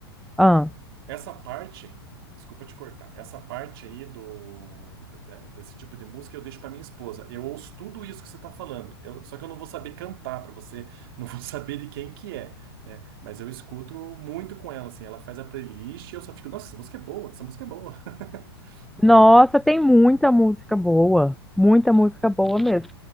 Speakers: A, in the centre; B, on the right (about 60°).
A: Ah,
B: Essa parte, desculpa te cortar, essa parte aí do da- desse tipo de música eu deixo pra minha esposa. Eu ouço tudo isso que você tá falando, eu- só que eu não vou saber cantar pra você, não vou <laughs> saber de quem que é, né? Mas eu escuto muito com ela, assim, ela faz a playlist e eu só fico, nossa, essa música é boa, essa música é boa. <laughs>
A: nossa, tem muita música boa, muita música boa mesmo.